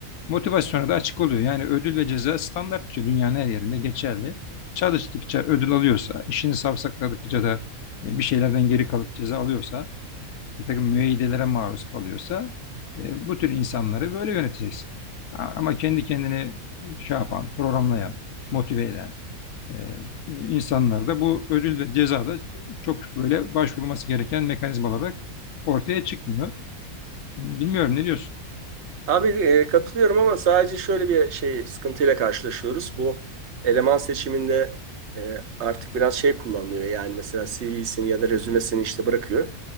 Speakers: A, on the left (about 80°); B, on the right (about 55°).
A: Motivasyona da açık oluyor. Yani ödül ve ceza standart bir şey. Dünyanın her yerinde geçerli. Çalıştıkça ödül alıyorsa, işini savsakladıkça da e, bir şeylerden geri kalıp ceza alıyorsa, bir takım müeyyidelere maruz kalıyorsa e, bu tür insanları böyle yöneteceksin. A- Ama kendi kendini şey yapan, programlayan, motive eden e, e, insanlar da bu ödül ve ceza da çok böyle başvurulması gereken mekanizmalar olarak ortaya çıkmıyor. Bilmiyorum ne diyorsun?
B: Abi e, katılıyorum ama sadece şöyle bir şey sıkıntıyla karşılaşıyoruz. Bu eleman seçiminde e, artık biraz şey kullanılıyor. Yani mesela CV'sini ya da rezümesini işte bırakıyor.